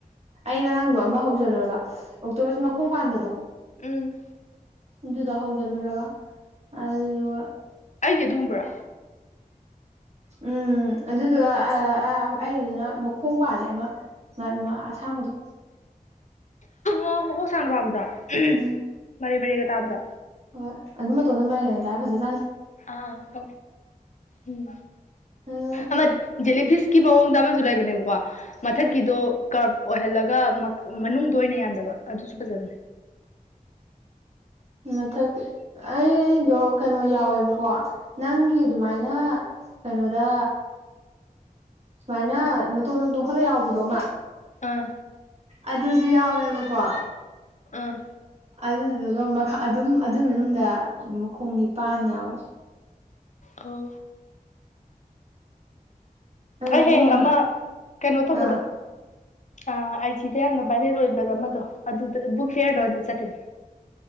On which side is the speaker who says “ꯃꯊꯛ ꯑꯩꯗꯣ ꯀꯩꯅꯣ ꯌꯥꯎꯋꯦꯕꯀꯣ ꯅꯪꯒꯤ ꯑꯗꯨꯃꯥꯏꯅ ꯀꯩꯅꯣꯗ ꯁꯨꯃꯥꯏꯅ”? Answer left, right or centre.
Right